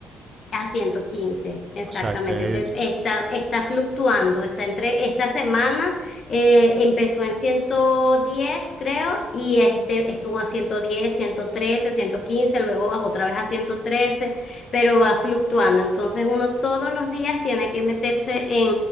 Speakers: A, on the left; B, on the right.
A: A 115 exactamente.
B: O sea que
A: Se-
B: es...
A: está, está fluctuando, está entre esta semana eh, empezó en 110 creo, y este estuvo a ciento ciento diez ciento trece ciento quince luego bajó otra vez a 113 pero va fluctuando. Entonces uno todos los días tiene que meterse en,